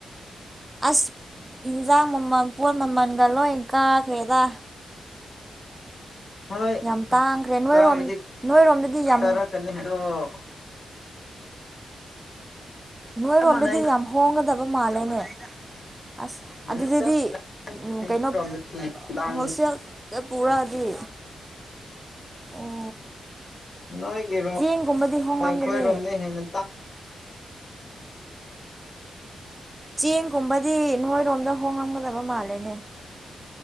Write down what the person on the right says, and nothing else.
ꯑꯁ ꯍꯤꯟꯖꯥꯡ ꯃꯃꯜ ꯄꯣꯠ ꯃꯃꯟꯒ ꯂꯣꯏ ꯀꯥꯈ꯭ꯔꯦꯗ
ꯌꯥꯝ ꯇꯥꯡꯈ꯭ꯔꯦ ꯅꯣꯏꯔꯣꯝ
ꯅꯣꯏꯔꯣꯝꯗꯗꯤ ꯌꯥꯝ
ꯅꯣꯏꯔꯣꯝꯗꯗꯤ
ꯌꯥꯝ ꯍꯣꯡꯒꯗꯕ ꯃꯥꯜꯂꯦꯅꯦ ꯑꯁ
ꯑꯗꯨꯗꯤ
ꯎ
ꯀꯩꯅꯣ
ꯍꯣꯜꯁꯦꯜ ꯄꯨꯔꯗꯤ ꯑꯣ
ꯆꯦꯡꯒꯨꯝꯕꯗꯤ ꯍꯣꯡꯂꯝꯒꯅꯤ
ꯆꯦꯡꯒꯨꯝꯕꯗꯤ ꯅꯣꯏꯔꯣꯝꯗ ꯍꯣꯡꯉꯝꯒꯗꯕ ꯃꯥꯜꯂꯦꯅꯦ